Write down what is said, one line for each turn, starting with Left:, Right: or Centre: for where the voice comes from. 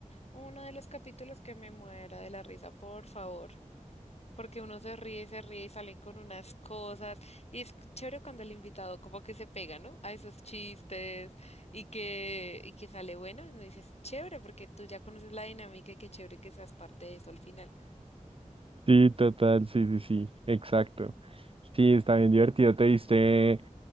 Left: Uno de los capítulos que me muera de la risa, por favor. Porque uno se ríe, se ríe y sale con unas cosas. Y es chévere cuando el invitado como que se pega, ¿no? A esos chistes y que, y que sale bueno. Y uno dices, chévere, porque tú ya conoces la dinámica y qué chévere que seas parte de eso al final.
Right: Sí, total, sí, sí, sí, exacto. Sí, está bien divertido. Te viste.